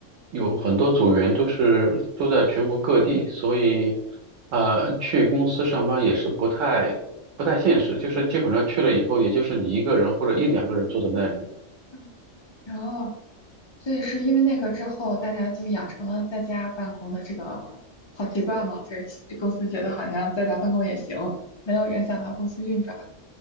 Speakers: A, on the right; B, on the left.
A: 有很多组员都是都在全国各地，所以呃，去公司上班也是不太不太现实，就是基本上去了以后，也就是你一个人或者一两个人坐在那里。
B: 嗯。然后，所以是因为那个之后，大家就养成了在家办公的这个好习惯嘛。就是公司觉得好像在家办公也行，没有影响到公司运转。